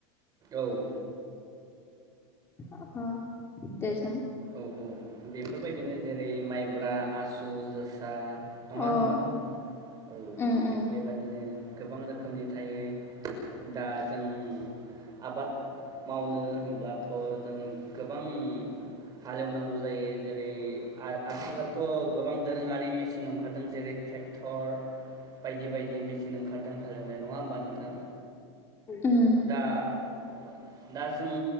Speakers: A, on the right; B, on the left.
A: औ।
B: अ-ओ दे सों।
A: औ-औ बेफोरबायदिनो जेरै माइब्रा आसु जोसा नङा
B: अ
A: होनबा औ
B: उम
A: थिग
B: उम
A: बेबायदिनो गोबां रोखोमनि थायो दा जों आबाद मावनो होनब्लाथ' जों गोबां हाल एवनांगौ जायो जेरै आ-आथिखालथ' गोबां दोरोङारि मेचिन ओंखारदों जेरै ट्रेक्टर बायदि-बायदि मेचिन ओंखारदों हाल एवनाय नङा होमबा नोंथां।
B: उम
A: दा-दा जों